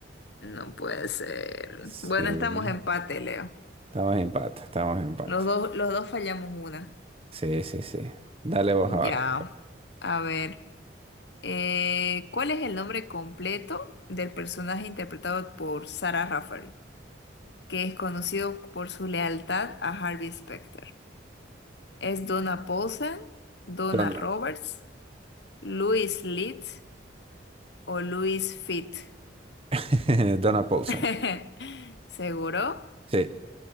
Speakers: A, on the left; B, on the right.
A: No puede ser.
B: Sí.
A: Bueno, estamos empate, Leo.
B: Estamos en empate, estamos en empate.
A: Los dos, los dos fallamos una.
B: Sí, sí, sí. Dale vos
A: Ya.
B: ahora.
A: A ver. Eh, ¿cuál es el nombre completo del personaje interpretado por Sarah Rafferty, que es conocido por su lealtad a Harvey Specter? ¿Es Donna Paulsen, Donna
B: Donna,
A: Roberts, Louis Litt o Louis Fit?
B: <laughs> Donna Paulson.
A: <laughs> Seguro,
B: Sí,